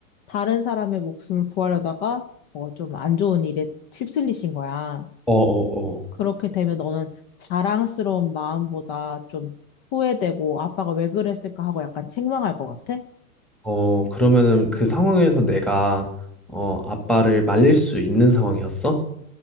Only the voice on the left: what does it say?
다른 사람의 목숨을 구하려다가 어, 좀 안 좋은 일에 휩쓸리신 거야.
그렇게 되면 너는 자랑스러운 마음보다 좀 후회되고 아빠가 왜 그랬을까 하고 약간 책망할 것 같아?